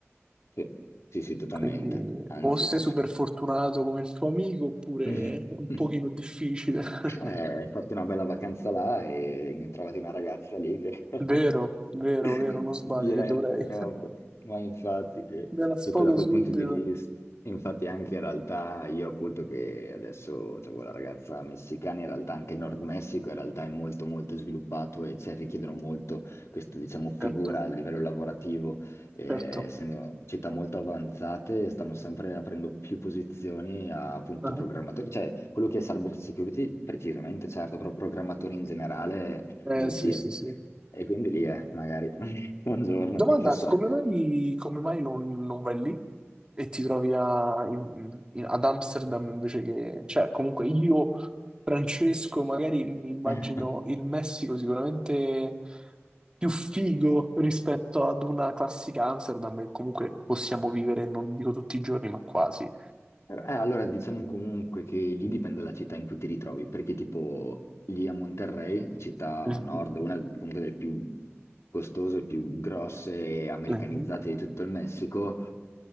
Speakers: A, on the left; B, on the right.
A: Sì, sì, sì, totalmente.
B: Quindi
A: Anzi.
B: o sei super fortunato come il tuo amico oppure
A: <laughs>
B: è un pochino difficile. <laughs>
A: Eh, fatti una bella vacanza là e trovati una ragazza lì che <laughs>
B: Vero, vero,
A: <laughs>
B: vero, non sbagli,
A: Diretto
B: dovrei.
A: proprio, ma infatti che,
B: Ve
A: che
B: la sfogo
A: poi da quel
B: subito.
A: punto di vista, infatti anche in realtà io appunto che adesso avevo la ragazza messicana, in realtà anche il Nord Messico in realtà è molto molto sviluppato e cioè, richiedono molto questa diciamo figura
B: Certo.
A: a livello lavorativo, eh,
B: Certo.
A: essendo città molto avanzate stanno sempre aprendo più posizioni a appunto
B: Ah,
A: programmatori, cioè quello che è cyber security precisamente certo, però programmatori in generale,
B: Eh
A: mio
B: sì,
A: Dio.
B: sì, sì.
A: E quindi lì è, magari, <laughs> un giorno,
B: Domanda,
A: chissà.
B: come mai, come mai non, non vai lì e ti trovi a- in- in- ad Amsterdam invece che... Cioè, comunque io, Francesco, magari mi immagino
A: <laughs>
B: il Messico sicuramente più figo rispetto ad una classica Amsterdam che comunque possiamo vivere, non dico tutti i giorni, ma quasi.
A: Eh, allora diciamo comunque che lì dipende dalla città in cui ti ritrovi, perché tipo lì a Monterrey, città
B: Mhm,
A: a nord, una comunque delle più costose, più grosse e americanizzate
B: mhm,
A: di tutto il Messico,